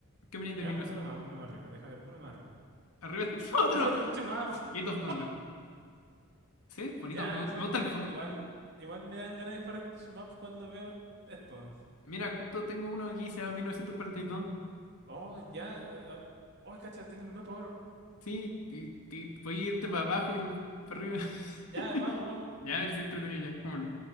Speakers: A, on the left (about 80°); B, on the right (about 50°).
A: Que venía de
B: Veamos
A: 1900.
B: uno más, uno más arriba, deja ver, uno más arriba.
A: Arriba está
B: <laughs>
A: <laughs> otro.
B: ¡Es otro shmup! <laughs>
A: Gate of Thunder. Sí, bonito,
B: Ya,
A: me, gu-
B: sabéis
A: me gusta
B: que
A: el fondo.
B: igual, igual me dan ganas de jugar shmup cuando veo esto.
A: Mira, justo tengo uno aquí, se llama 1942.
B: Oh, ya, ah, ah, oh, cacha, Tiene un nuevo power.
A: Sí, y, y- dos. Sí, ti- ti- voy a irte para abajo y para arriba. <laughs>
B: Ya, vamos, vamos.
A: Ya, me siento entretenido ya. vámonos.